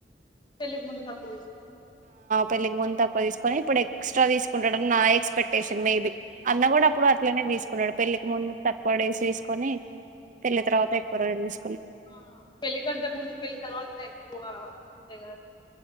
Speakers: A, on the left; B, on the right.
A: పెళ్లికి ముందు తక్కువ తీస్
B: పెళ్లికి ముందు తక్కువ తీసుకొని ఇప్పుడు ఎక్స్ట్రా తీసుకుంటాడని నా ఎక్స్పెక్టేషన్ మేబీ అన్న కూడా అప్పుడు అట్లనే తీసుకున్నడు పెళ్లికి ముందు తక్కువ వాడేసేసుకొని పెళ్లి తర్వాత ఎక్కువ <unintelligible>
A: ఆ పెళ్లి కంటే ముందు పెళ్లి తర్వాతనే ఎక్కువ ఉంటాయిగ